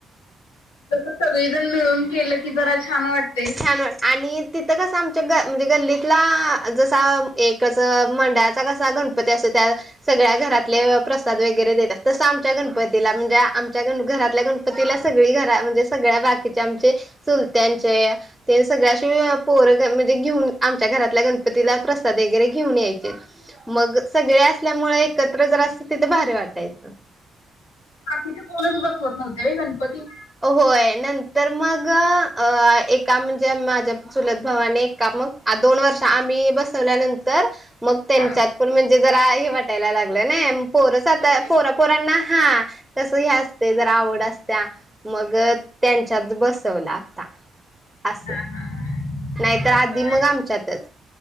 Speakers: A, on the left; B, in the centre.
A: तस सगळीजण मिळून केलं की जरा छान वाट
B: छान वाट आणि तिथं कसं आमच्या ग म्हणजे गल्लीतला जसा एकच मंडळाचा कसा गण पती अस त्या सगळ्या घरातले प्रसाद वगैरे देतात तसं आमच्या गणपतीला म्हणजे आमच्या ग घरातल्या गण पतीला सगळी घरा म्हणजे सगळ्या बाकीचे आमचे चुलत्यांचे. ते सगळ्याशी पोर म्हणजे घेऊन आमच्या घरातल्या गणपतीला प्रसाद वगैरे घेऊन याय मग सगळे असल्यामुळ एकत्र जरा असत तिथं भारी वाटायचं.
A: म्हणजे कोणीच बसवत नव्हते होय गणपती.
B: होय नंतर मग अ एका म्हणजे माझ्या चुलत भावाने एका मग आ दोन वर्ष आम्ही बसवल्यानंतर मग त्यांच्यात
A: हा
B: म्हणजे जरा हे वाटायला लागलं ना. पोर साता
A: करूया
B: पोरा पोरांना हा कसं हे असते जरा आवड असत्या. मग त्यांच्यात बसवला आता, असं.
A: हा हा
B: नाहीतर आधी
A: कसय
B: मग आमच्यातच.